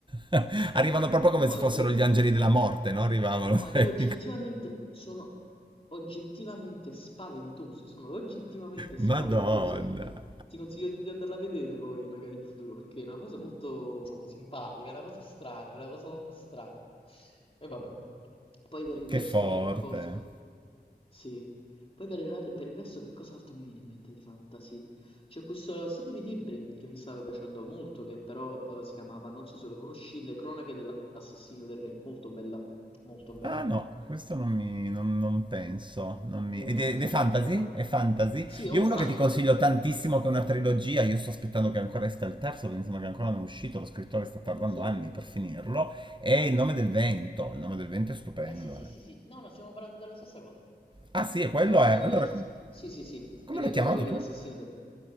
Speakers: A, on the right; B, on the left.
A: <laughs> arrivano proprio come
B: No,
A: se fossero
B: e
A: gli angeli della morte, no? Arrivavano,
B: no,
A: <laughs> sai?
B: e oggettivamente sono oggettivamente spaventose, sono oggettivamente spaventose.
A: Madonna,
B: Ti consiglio di andarla a vedere poi, magari in futuro, perché è una cosa molto simpatica, è una cosa strana, è una cosa strana. E vabbè. Poi per il
A: che
B: resto
A: forte.
B: che cosa... Sì. Poi per il, ra- per il resto che cos'altro mi viene in mente di fantasy? C'è questa serie di libri che mi stava piacendo molto, che però eh, si chiamava, non so se lo conosci, Le cronache della L'assassino del re, molto bella, molto bella.
A: Ah no, questo non mi... non, non penso. Non mi...
B: E un
A: Ed
B: altro
A: è, ed è fantasy?
B: libro?
A: È fantasy?
B: Sì, è un
A: Io uno
B: fantasy.
A: che ti consiglio tantissimo, che è una trilogia, io sto aspettando che ancora esca il terzo, perché mi sembra che ancora non è uscito, lo scrittore sta tardando
B: Sì?
A: anni per finirlo, è Il nome del vento. Il nome del vento è stupendo,
B: Eh sì, sì,
A: eh.
B: sì, sì. No, no, stiamo parlando della stessa cosa.
A: Ah sì, e quello
B: Stiamo parlando
A: è... Allora,
B: della stessa
A: com-
B: cosa. Sì, sì, sì.
A: come
B: È le
A: l'hai chiamato
B: cronache dell'assassino
A: tu?
B: del re.